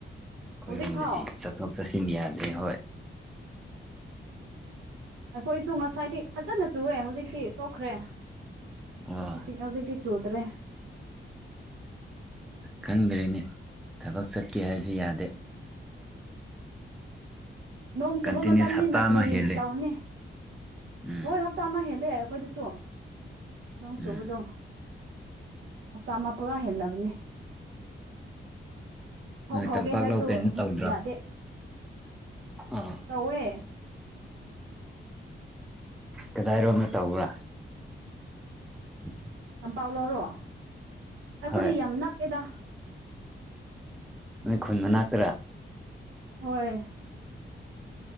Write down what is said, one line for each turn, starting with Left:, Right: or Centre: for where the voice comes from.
Centre: ꯑꯩꯈꯣꯏꯔꯣꯝꯗꯗꯤ
Right: ꯍꯧꯖꯤꯛꯐꯥꯎ
Centre: ꯆꯠꯊꯣꯛ ꯆꯠꯁꯤꯟ ꯌꯥꯗ꯭ꯔꯦ ꯍꯣꯏ
Right: ꯑꯩꯈꯣꯏꯁꯨ ꯉꯁꯥꯏꯗꯤ ꯐꯖꯅ ꯆꯨꯑꯦ ꯍꯧꯖꯤꯛꯇꯤ ꯇꯣꯛꯈ꯭ꯔꯦ
Centre: ꯑꯣ
Right: ꯍꯧ ꯍꯧꯖꯤꯛꯗꯤ ꯆꯧꯗꯔꯦ
Centre: ꯈꯪꯗ꯭ꯔꯤꯅꯤ ꯊꯕꯛ ꯆꯠꯀꯦ ꯍꯥꯏꯁꯨ ꯌꯥꯗꯦ
Right: ꯅꯣꯡ ꯆꯨꯕ
Centre: ꯀꯟꯇꯤꯅ꯭ꯌꯨꯁ
Right: ꯃꯇꯝꯅꯤ
Centre: ꯍꯞꯇꯥ
Right: ꯅꯥ ꯀꯔꯤ
Centre: ꯑꯃ ꯍꯦꯜꯂꯦ
Right: ꯇꯧꯅꯤ
Centre: ꯎꯝ
Right: ꯍꯣꯏ ꯍꯞꯇꯥ ꯑꯃ ꯍꯦꯜꯂꯦ ꯑꯩꯈꯣꯏꯗꯁꯨ ꯅꯣꯡ ꯆꯨꯕꯗꯣ
Centre: ꯎꯝ
Right: ꯇꯃ ꯄꯨꯔꯥ ꯍꯦꯜꯂꯕꯅꯦ ꯐꯧ
Centre: ꯅꯣꯏ
Right: ꯐꯥꯎꯒꯦ
Centre: ꯇꯝꯄꯥꯛꯂꯧ
Right: ꯍꯥꯏꯔꯁꯨ
Centre: ꯀꯩꯅꯣ ꯇꯧꯗ꯭ꯔꯣ
Right: ꯌꯥꯗꯦ
Centre: ꯑꯥ
Right: ꯇꯧꯋꯦ
Centre: ꯀꯗꯥꯏꯔꯣꯝꯅ ꯇꯧꯕ꯭ꯔꯥ ꯎ
Right: ꯄꯥꯎ ꯂꯧꯔꯣ ꯑꯩꯈꯣꯏꯗꯤ
Centre: ꯍꯣꯏ
Right: ꯌꯥꯝ ꯅꯛꯀꯦꯗ
Centre: ꯅꯣꯏ ꯈꯨꯟ ꯃꯅꯥ ꯀꯔꯥ
Right: ꯍꯣꯏ